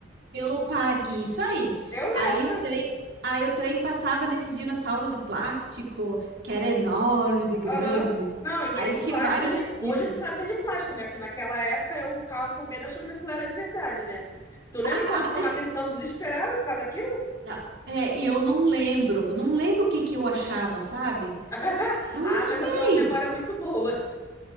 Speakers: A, on the right; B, on the left.
A: pelo parque. Isso aí.
B: Eu lembro.
A: Aí o trem, aí o trem passava nesses dinossauros de plástico, que era enorme, de grande.
B: Aham. Não, e
A: Aí
B: é de
A: tinha
B: plástico.
A: vários
B: Hoje a gente,
A: tipos.
B: hoje a gente sabe que é de plástico, né? Porque naquela época eu ficava com medo achando que aquilo era de verdade, né? Tu lembra
A: <laughs>
B: que eu ficava gritando desesperada por causa daquilo?
A: Não, É, e eu não lembro, eu não lembro o que que eu achava, sabe?
B: <laughs>
A: Não,
B: Ah,
A: não
B: mas
A: sei.
B: eu tenho uma memória muito boa.